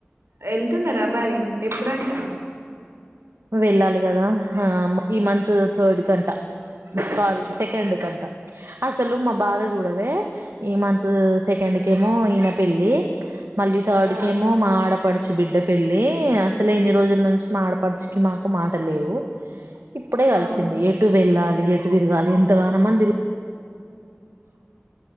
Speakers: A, on the right (about 70°); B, on the right (about 85°).
A: వెళ్తున్నారా మరి ఎప్పుడంట
B: వెళ్ళాలి కదా హా ఈ మంత్ థర్డ్ కంట సారీ సెకెండ్ కంట అసలు మా బాధ చూడవే ఈ మంత్ సెకెం డ్ కేమో ఈన పెళ్లి మళ్ళీ థర్డ్
A: ఆ
B: కెమో మా ఆడపడుచు బిడ్డ పెళ్లి అసలు ఇన్ని రోజుల నుంచి మా ఆడపడుచు మాకు మాట లేవు ఇప్పుడే కలిసింది.
A: అవును
B: ఎటు వెళ్ళాలి. ఎటు తిరగాలి. ఎంతగాన మంది తి